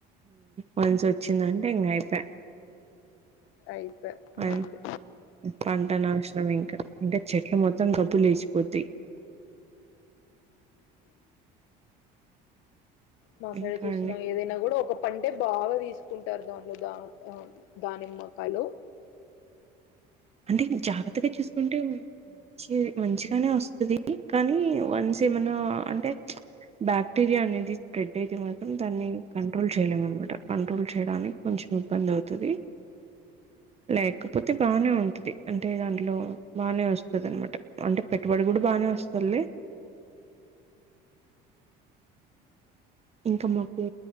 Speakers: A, on the right; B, on the left.
A: మన్స్ వచ్చిందంటే ఇకా అయిపో
B: అయిపే
A: అ
B: అంతే
A: పంట నాశనం ఇంకా ఇంకా చెట్ల మొత్తం మొత్తం జబ్బు లేచిపోతాయి
B: మా సైడ్
A: ఇంకా
B: చూస్తున్నా
A: అండి
B: ఏదైనా కూడా ఒక పడు అంటే బాగా తీసుకుంటారు దాంట్లో దా ఆ దానిమ్మకాయలు
A: అంటే జాగ్రత్తగా చూసుకుంటే మంచి మంచిగానే వస్తుది కానీ వన్స్ ఏమన్నా అంటే బాక్టీరియా అనేది స్ప్రెడ్ అయితే మాత్రం దాన్ని కంట్రోల్ చేయలేం అనమాట కంట్రోల్ చేయడానికి కొంచెం ఇబ్బంది అవుతది లేకపోతే బానే ఉంటుం ది అంటే దాంట్లో బాగానే వస్తుంది అనమాట అంటే పెట్టుబడి కూడా బాగానే వస్తుది లే ఇంకా మాకు